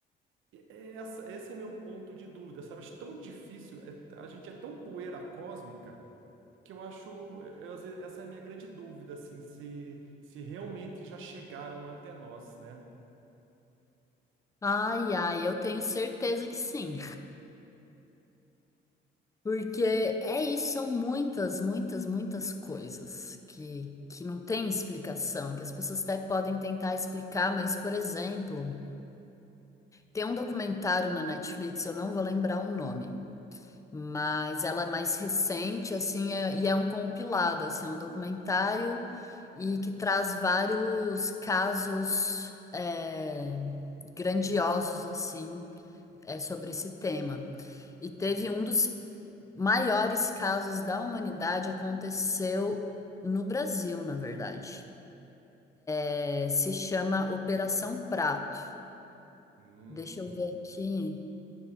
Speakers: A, on the right; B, on the left.
A: Essa, esse é meu ponto de dúvida, sabe? Acho tão difícil, é- a gente é tão poeira cósmica que eu acho, eu, às vezes, essa é a minha grande dúvida, assim, se, se realmente já chegaram até nós, né?
B: Ai, ai, eu tenho certeza que sim. Porque é isso, são muitas, muitas, muitas coisas que, que não tem explicação, que as pessoas até podem tentar explicar, mas, por exemplo, tem um documentário na Netflix, eu não vou lembrar o nome. mas ela é mais recente, assim, é- e é um compilado, assim, é um documentário e que traz vários casos é, grandiosos, assim, é, sobre esse tema. E teve um dos maiores casos da humanidade aconteceu no Brasil, na verdade. É, se chama Operação Prato.
A: Hum,
B: Deixa eu ver aqui.